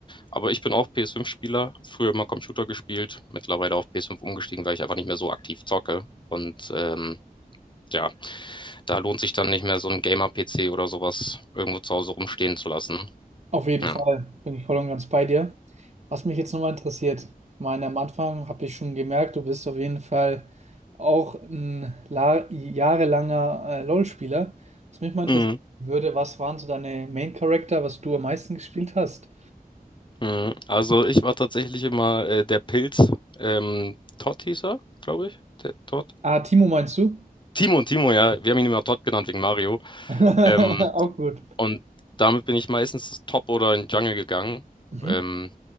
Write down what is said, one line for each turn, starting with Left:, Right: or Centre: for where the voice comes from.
Left: aber ich bin auch PS5-Spieler, früher immer Computer gespielt, mittlerweile auf PS5 umgestiegen, weil ich einfach nicht mehr so aktiv zocke. Und ähm, ja, da lohnt sich dann nicht mehr so 'n Gamer-PC oder sowas irgendwo zu Hause rumstehen zu lassen.
Right: Auf jeden
Left: Ja.
Right: Fall bin ich voll und ganz bei dir. Was mich jetzt nochmal interessiert, ich meine, am Anfang habe ich schon gemerkt, du bist auf jeden Fall auch ein la- jahrelanger äh, LoL-Spieler. Was mich mal interessieren
Left: Mhm,
Right: würde, was waren so deine Main-Charakter, was du am meisten gespielt hast?
Left: mhm. Also, ich war tatsächlich immer, äh, der Pilz. Ähm, Todd hieß er, glaube ich. Der Todd?
Right: Ah, Timo meinst du?
Left: Timo, Timo, ja. Wir haben ihn immer Todd genannt wegen Mario.
Right: <laughs>
Left: Ähm,
Right: Auch gut.
Left: und damit bin ich meistens Top oder in Jungle gegangen.
Right: Mhm.
Left: Ähm,